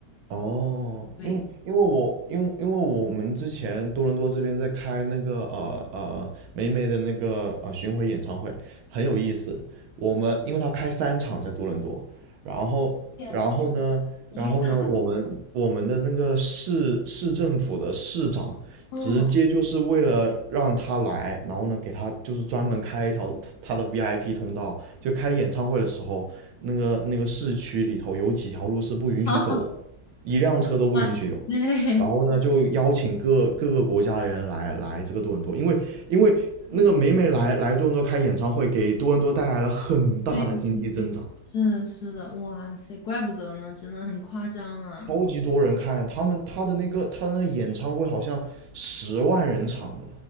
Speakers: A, on the right (about 75°); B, on the left (about 75°).
A: 哦，
B: 对，
A: 因因为我因为因为我们之前多伦多这边在开那个呃呃霉霉的那个呃巡回演唱会，很有意思。我们因为他开三场在多伦多，然后然后呢，
B: 羡慕
A: 然后呢，
B: 你去看，
A: 我们我们的那个市市政府的市长直接就是为了让他来，
B: 嗯，
A: 然后呢给他就是专门开一条他的 VIP 通道，就开演唱会的时候，那个那个市区里头有几条路是不允许走的。
B: <laughs> 啊
A: 一辆车都不允许有。
B: 哇塞，对
A: 然后呢，就邀请各各个国家的人来来这个多伦多，因为因为那个每每来来多伦多开演唱会，
B: 对
A: 给多伦多带来了很大的经济增长，
B: 对，是的，是的，哇塞，怪不得呢，真的很夸张啊。
A: 超级多人看他们他的那个他的那个演唱会好像十万人场的，